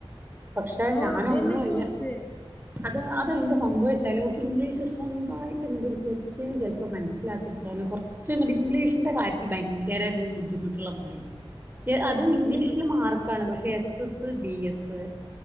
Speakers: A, on the right; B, on the left.
A: പക്ഷെ
B: ആഹ്
A: ഞാൻ
B: അതന്നെ
A: ഒന്നു അല്ലാ
B: ചോയിച്ചേ
A: അത് അതെന്താ സംഭവിച്ചാലും ഇംഗ്ലീഷ് സ്വന്തായിട്ട് ഇങ്ങണ്ട് ഒര് കോസ്റ്റ്യൻ ചൊലപ്പോ മനസ്സിലാക്കി ട്ക്കാന് കൊറച്ച് ഇങ്ങട്ട് ഇംഗ്ലീഷിന്റെ കാര്യത്തി ഭയങ്കര ഒര് ബുദ്ധിമുട്ട്ള്ള പോലെ <unintelligible> അതും ഇംഗ്ലീഷില്
B: ഇംഗ്
A: മാർക്കാണ് പഷ് yes S S, B S